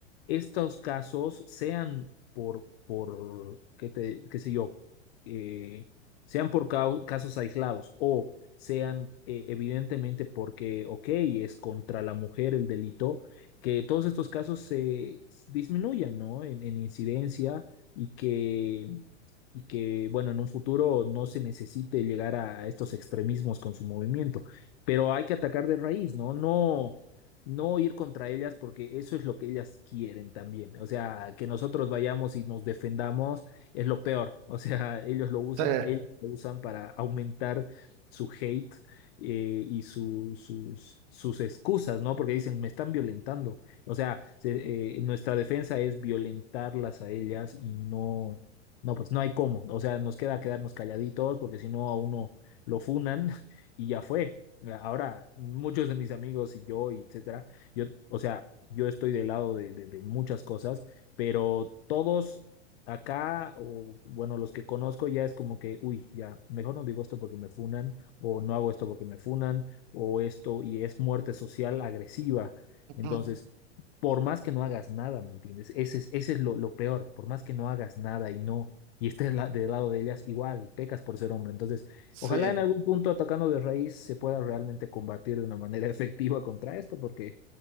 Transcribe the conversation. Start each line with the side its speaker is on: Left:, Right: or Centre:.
Left: estos casos sean por, por qué te, qué sé yo, eh, sean por cau- casos aislados o sean eh, evidentemente porque, ok, es contra la mujer el delito, que todos estos casos se s- disminuyan, ¿no? En, en incidencia y que, y que, bueno, en un futuro no se necesite llegar a estos extremismos con su movimiento, pero hay que atacar de raíz, ¿no? No no ir contra ellas porque eso es lo que ellas quieren también. O sea, que nosotros vayamos y nos defendamos es lo peor. O sea, ellos lo usan,
Right: sí,
Left: ellos lo usan para aumentar su hate eh, y su- sus, sus excusas, ¿no? Porque dicen, me están violentando. O sea, se- eh, nuestra defensa es violentarlas a ellas y no, no, pues no hay cómo. O sea, nos queda quedarnos calladitos porque si no a uno lo funan <laughs> y ya fue. Ahora, muchos de mis amigos y yo, y etcétera, yo, o sea, yo estoy del lado de, de, de muchas cosas, pero todos acá, o bueno, los que conozco ya es como que, uy, ya, mejor no digo esto porque me funan, o no hago esto porque me funan, o esto, y es muerte social agresiva.
Right: ujú,
Left: Entonces, por más que no hagas nada, ¿me entiendes? Ese es, ese es lo, lo peor, por más que no hagas nada y no, y estés la- del lado de ellas, igual pecas por ser hombre. Entonces,
Right: sí.
Left: ojalá en algún punto atacando de raíz se pueda realmente combatir de una manera <laughs> efectiva contra esto, porque